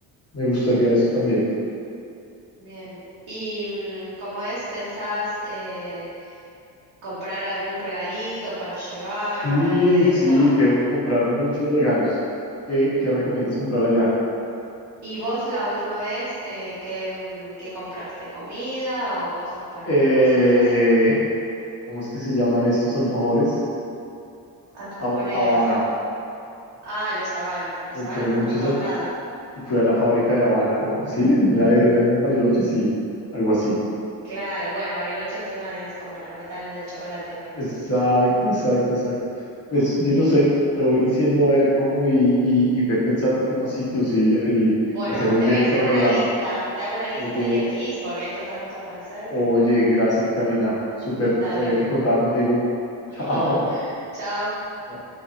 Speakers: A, on the left; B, on the right.
A: me gustaría eso también.
B: Bien. ¿Y mm, cómo es? ¿Pensás eh, comprar algún regalito para llevar
A: Sí,
B: o algo de
A: sí,
B: eso?
A: tengo que comprar muchos regalos. ¿Qué,
B: Ujú.
A: qué recomiendas comprar allá?
B: ¿Y vos la última vez eh, qué, mm, qué compraste? ¿Comida o cosas para
A: Eh,
B: cositas?
A: ¿Cómo es que se llaman estos alfajores?
B: Alfajores.
A: Ha- Habana.
B: Ah, los sabanas. Los
A: Compré
B: sabanas están
A: muchos
B: por todos
A: alfa-
B: lados.
A: y fui a la fábrica de Habana. Oh, sí, era, era en Bariloche, sí, algo así.
B: Claro, bueno, Bariloche encima es como la capital del chocolate para nosotros.
A: Exacto, exacto, exacto. Pues
B: Así
A: yo
B: que,
A: no sé, te voy diciendo a ver cómo y, y, y ve pensando qué más sitios y, y-
B: bueno,
A: y hacemos
B: te
A: bien
B: voy a
A: el
B: hacer
A: cronograma.
B: una lista. Te hago una lista
A: Oye,
B: y elegís porque hay tantas cosas para hacer
A: oye,
B: que...
A: gracias, Karina. Súper,
B: Dale.
A: sabía que contaba contigo. <laughs>
B: <laughs>
A: Chao.
B: Chao.
A: Chao.